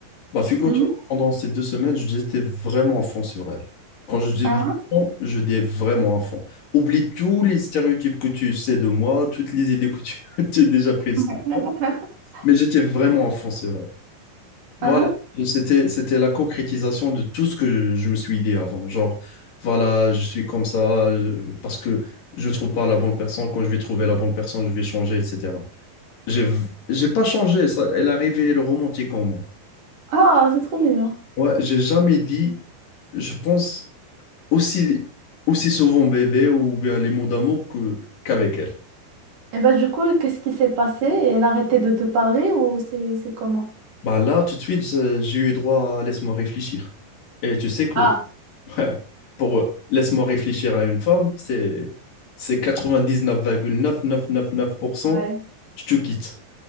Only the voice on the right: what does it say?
Mhm.
Ah,
ah.
<laughs>
Ah, ah.
Ah, c'est trop mignon.
Et bah, du coup, qu'est-ce qui s'est passé? Elle a arrêté de te parler ou c'est c'est comment?
Ah,
ouais,